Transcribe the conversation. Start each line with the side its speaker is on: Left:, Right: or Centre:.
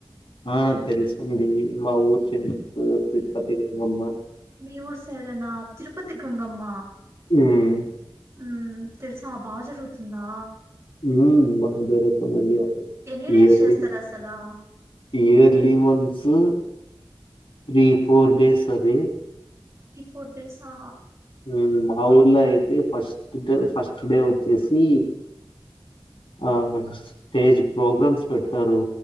Left: ఆ తెలుసండి మా ఊరి చె తిరుపతి
Right: మీ
Left: కొంగమ్మ
Right: మీ ఊరు సైడేనా తిరుపతి గంగమ్మ
Left: హ్మ్
Right: హ్మ్ తెలుసా బాగా జరుగుతుందా
Left: హ్మ్ బ అ జరుగుతుందండి
Right: ఎన్ని డేస్
Left: ఇయర్లీ
Right: చేస్తారు అసలా
Left: yearly once three four days అది
Right: ఇ ఫోర్ డేసా
Left: హ్మ్ మా ఊర్లో అయితే ఫస్ట్ డ్ ఫస్ట్ డే వచ్చేసి ఆ స్టేజ్ ప్రోగ్రామ్స్ పెడతారు